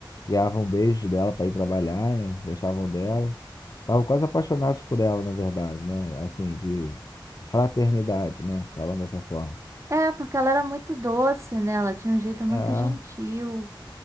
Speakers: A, on the left (about 50°); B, on the right (about 35°).
A: Ganhavam beijos dela pra ir trabalhar, né? Gostavam dela. Estavam quase apaixonados por ela, na verdade, né? Assim, de fraternidade, né? Falando dessa forma.
B: É, porque ela era muito doce, né? Ela tinha um jeito muito
A: Ah,
B: gentil.